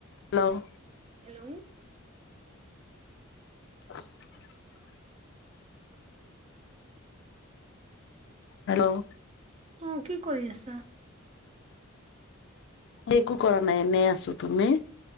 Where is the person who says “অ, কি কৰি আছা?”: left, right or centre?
Right